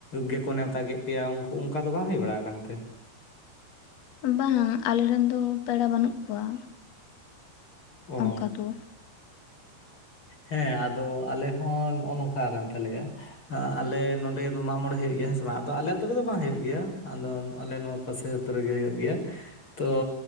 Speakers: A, on the left (about 25°); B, on the left (about 60°).
A: ᱜᱮᱠᱚ ᱱᱮᱣᱛᱟ ᱠᱮᱫ ᱯᱮᱭᱟ ᱩᱱᱠᱩ ᱚᱱᱠᱟ ᱫᱚ ᱵᱟᱝ ᱦᱩᱭ ᱵᱟᱲᱟ ᱟᱠᱟᱱᱛᱮ?
B: ᱵᱟᱝ ᱟᱞᱮᱨᱮᱱ ᱫᱚ ᱯᱮᱲᱟ ᱵᱟᱹᱱᱩᱜ ᱠᱚᱣᱟ
A: ᱚ
B: ᱚᱱᱠᱟ ᱫᱚ᱾
A: ᱦᱮᱸ ᱟᱫᱚ ᱟᱞᱮ ᱦᱚᱸ ᱱᱚᱜᱼᱚ ᱱᱚᱝᱠᱟ ᱠᱟᱱ ᱛᱟᱞᱮᱭᱟ᱾ ᱦᱟᱸ ᱟᱞᱮ ᱱᱚᱸᱰᱮ ᱫᱚ ᱢᱟᱜᱽ ᱢᱚᱬᱮ ᱦᱩᱭᱩᱜ ᱜᱮᱭᱟ ᱦᱮᱸ ᱥᱮ ᱵᱟᱝ᱾ ᱟᱫᱚ ᱟᱞᱮ ᱟᱹᱛᱩ ᱨᱮᱫᱚ ᱵᱟᱝ ᱦᱩᱭᱩᱜ ᱜᱮᱭᱟ ᱟᱫᱚ ᱟᱞᱮ ᱱᱚᱣᱟ ᱯᱟᱥᱮ ᱟᱛᱚ ᱨᱮᱜᱮ ᱦᱩᱭᱩᱜ ᱜᱮᱭᱟ᱾ ᱛᱚ